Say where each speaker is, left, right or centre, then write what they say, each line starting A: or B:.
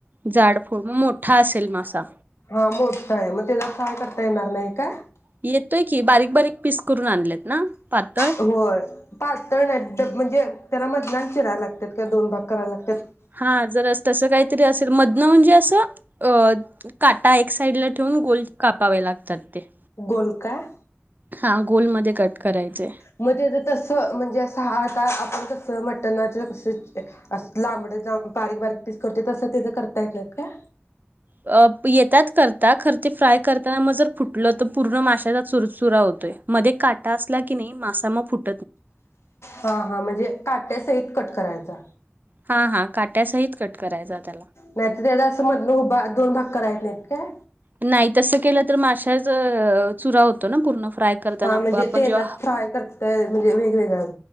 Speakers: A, on the right; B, on the left.
A: झाड फोड म मोठा असेल मासा
B: हा मोठा आहे मग त्याला फ्राय करता येणार नाही काय?
A: येतोय की बारीक बारीक पीस करून आणलेत ना. पातळ
B: होय पातळ नाहीत, म्हणजे त्याला मधला चिराय लागत का दो भाग कराय लागात-
A: हा जर तस काहीतरी असेल म न म्हणजे असं अ काटा एक साइडला ठेवून गोल कापावे लागतात ते.
B: गोल काय?
A: हा गोलमध्ये कट करायचे.
B: म तेज तस म्हणजे अस हा आता आपण कस मटणाच. अस लांबड बारीक बारीक पीस करतोय तसं त्याच करता येतय काय?
A: अ येतात करता खर ते फ्राय करताना म जर फुटलं तर पूर्ण माशचा चुरचुरा होतोय मध्ये काटा असला की नाही मासा मग फुट
B: हा हा म्हणजे काट्या सहित कट करायचा.
A: हा हा काट्यासहित कट करायचा त्याला.
B: नाहीतर <unintelligible> दोन भाग कराय येत नाहीत काय?
A: नाही तस केलं तर माशाच चुरा होतो ना पूर्ण. फ्राय करताना
B: हा
A: आप-
B: म्हणजे
A: आपण
B: तेलत
A: जेव्हा
B: फ्राय करतय म्हणजे वेगवेगळं